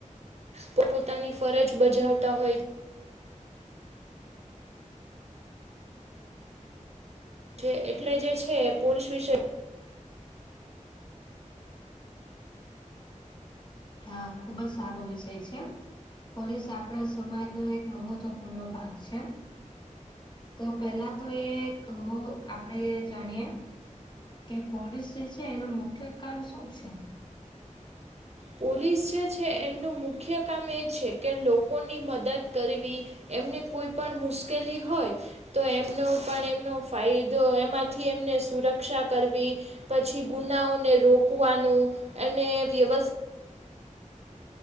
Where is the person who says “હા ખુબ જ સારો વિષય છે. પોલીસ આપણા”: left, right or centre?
Left